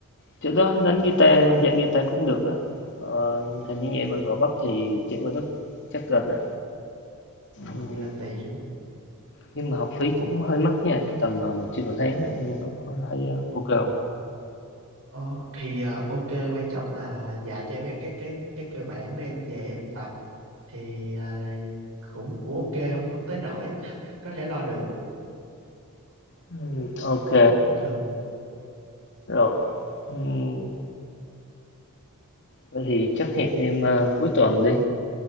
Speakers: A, on the left; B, on the right.
A: Chỗ đó đánh guitar, dạy guitar cũng được á. Ờ, hình như nhà em ở Gò Vấp thì chạy qua đó chắc gần á.
B: ờ,
A: Ừm,
B: vậy là tiện
A: nhưng mà học phí cũng hơi mắc nha, tầm ờ, một triệu một tháng á, em có thấy ờ, ok không?
B: ờ, thì à, ok quan trọng là dạy cho em mấy cái cái cái cơ bản để em về em tập thì à, cũng cũng ok không không tới nổi <laughs> có thể lo được
A: Ừm, ok,
B: Nếu bình thường
A: rồi. Ừm, Thế thì chắc hẹn em à, cuối tuần đi.